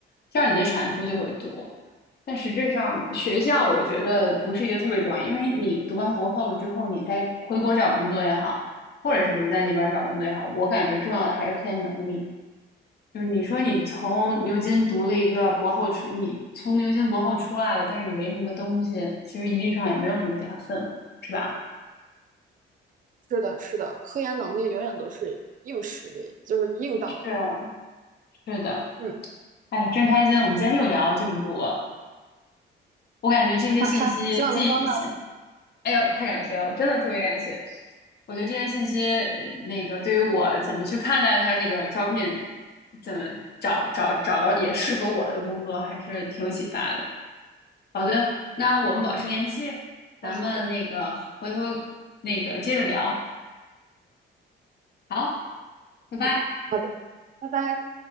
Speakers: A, on the left; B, on the right.
A: 这样你的产出就会多。但实质上，学校我觉得不是一个特别重要，因为你读完博后了之后，你再回国找工作也好，或者是留在那边儿找工作也好，我感觉重要的还是科研能力。就是你说你从牛津读了一个博后出，你从牛津博后出来了，但是你没什么东西，其实一定上也没有什么加分，是吧？
B: 是的，是的，科研能力永远都是硬实力，就是硬道理。
A: 是啊是的，
B: 嗯，
A: 哎呀，真开心！我们今天又聊了这么多，我感觉这些信息进，
B: 哈哈，希望能帮到
A: 哎呦，太感谢了，真的特别感谢。我觉得这些信息，呃那个对于我怎么去看待他这个招聘，怎么找找找到也适合我的工作，还是挺有启发的。好的，那我们保持联系，咱们那个回头
B: 他好了。
A: 那个接着聊。好，拜拜。
B: 嗯，好的，拜拜。